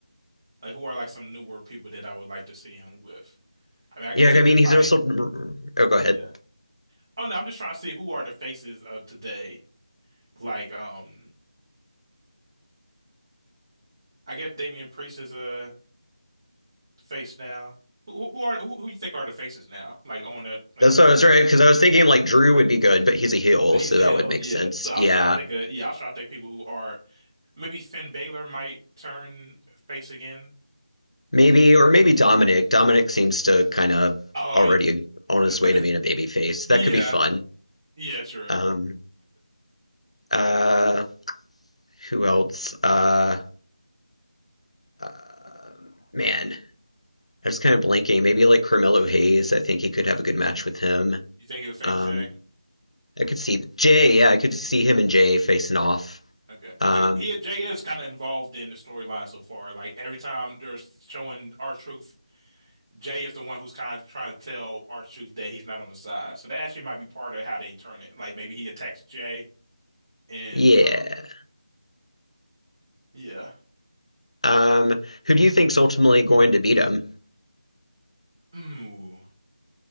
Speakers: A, on the right; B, on the left.
A: like who are like some newer people that I would like to see him with. I mean, I guess
B: Yeah, I
A: he could
B: mean, he's
A: fight.
B: also oh, go ahead.
A: Yeah. Oh no, I'm just trying to see who are the faces of today. Like, um, I guess Damian Priest is a face now. Who, who are who, who you think are the faces now? Like on the like
B: That's
A: you.
B: what I was right because I was
A: Yeah.
B: thinking like Drew would be good, but he's a heel,
A: He's
B: so
A: a
B: that
A: heel.
B: would make
A: Yeah.
B: sense.
A: So I
B: Yeah.
A: was trying to think of yeah, I was trying to think people who are maybe Finn Balor might turn face again.
B: Maybe, or maybe Dominic. Dominic seems to kind of
A: Oh,
B: already on his
A: <laughs>
B: way to being a babyface.
A: Yeah,
B: That could be fun.
A: yeah, true.
B: Um,
A: <laughs>
B: uh, who else? Uh, uh, man, I was kind of blanking. Maybe like Carmelo Hayes. I think he could have a good match
A: Mhm.
B: with him.
A: You think he'll face
B: Um,
A: Jay?
B: I could see Jay. Yeah, I could see him and Jay facing off.
A: Okay, because
B: Um,
A: he, he Jay is kind of involved in the storyline so far. Like every time they're showing R-Truth, Jay is the one who's kind of trying to tell R-Truth that he's not on his side. So that actually might be part of how they turn it. Like maybe he attacks Jay, and
B: yeah.
A: uh, yeah,
B: Um, who do you think's ultimately going to beat him?
A: Ooh,